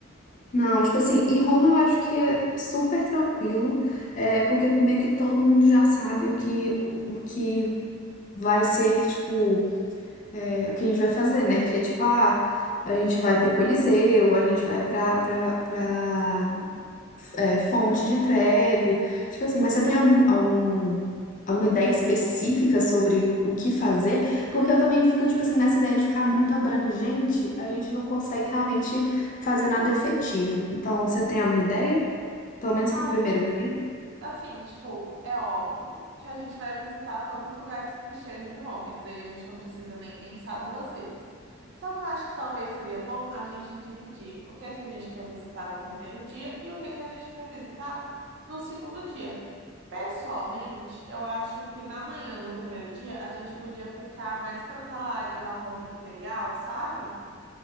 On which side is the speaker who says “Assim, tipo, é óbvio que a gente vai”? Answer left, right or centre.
Right